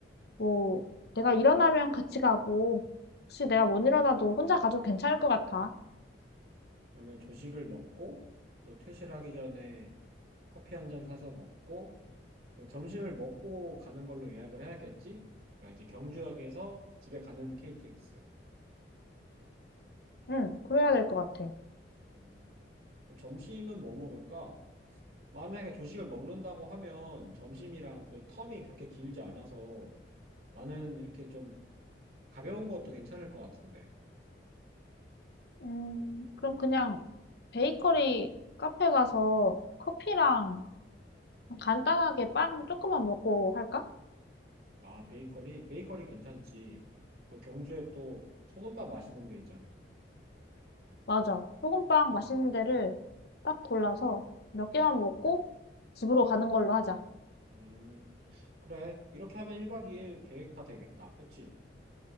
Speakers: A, on the left; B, on the right.
A: 뭐, 내가 일어나면 같이 가고, 혹시 내가 못 일어나도 혼자 가도 괜찮을 것 같아.
B: 그러면 조식을 먹고, 또 퇴실하기 전에 커피 한 잔 사서 먹고, 그리고 점심을 먹고 가는 걸로 예약을 해야겠지? 그러니까 이제 경주역에서 집에 가는 KTX.
A: 응, 그래야 될 것 같아.
B: 음. 어, 점심은 뭐 먹을까? 만약에 조식을 먹는다고 하면 점심이랑 또 텀이 그렇게 길지 않아서 나는 이렇게 좀 가벼운 것도 괜찮을 것 같은데.
A: 음, 그럼 그냥 베이커리 카페 가서 커피랑 간단하게 빵 조금만 먹고 할까?
B: 아, 베이커리? 베이커리 괜찮지. 또 경주에 또 소금빵 맛있는 데 있잖아.
A: 맞아. 소금빵 맛있는 데를 딱 골라서 몇 개만 먹고 집으로 가는 걸로 하자.
B: 음, 그래. 이렇게 하면 1박 2일 계획 다 되겠다. 그치?